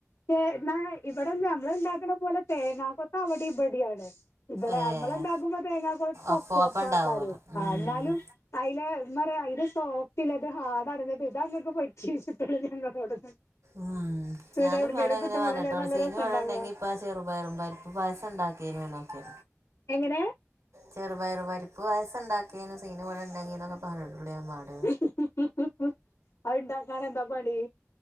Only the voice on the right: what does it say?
ഏഹ്
ഒപ്പോപ്പണ്ടാവോലോ
ഉം
ഉം. ഞാനും
മ്മാനോട് അങ്ങനെ
പറഞ്ഞിട്ടൊള്ളു
സിനു
വ്ടെണ്ടെങ്കി
പ്പാ ആ ചെറുപയറും പരിപ്പ് പായസ ണ്ടാക്കീനുന്നൊക്കെ
ചെറുപയറു പരിപ്പ് പായസംണ്ടാക്കേനും സിനു ബടെ ണ്ടങ്കി ന്നൊക്കെ പറഞ്ഞിട്ടുണ്ടെയ്നു പോലെ മ്മ